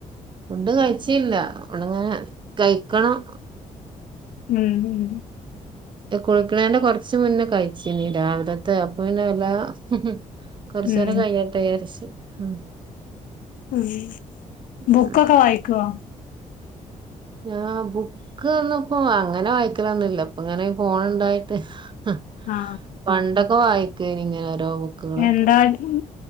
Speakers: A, on the right; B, on the left.
A: ഫുഡ് കഴിച്ചീല്ല്യാ ഒണങ്ങനെ കയ്ക്കണം
B: ഉംമ് ഉം
A: കുളിക്കണേന്റെ കൊറച്ച്മുന്നേ കഴിച്ചീന്ന് രാവിലെത്തെ അപ്പപിന്നെ വല്ലാതെ കൊറച്ചേരംകയ്ഞ്ഞിട്ടേ
B: ഉം
A: ഉം
B: ഉം ബുക്കൊക്കെ
A: ഉം
B: വായിക്കോ
A: ഞാ ബുക്ക് ഒന്നുപ്പോ അങ്ങനെ വായ്ക്കലൊന്നൂല്ലപ്പൊഇങ്ങനെ ഫോണ് ണ്ടായിട്ട് അ
B: ആ
A: പണ്ടൊക്കെവായിക്കേനി ഇങ്ങനെ ഓരോ ബുക്കുകളൊക്കെ
B: എന്താലും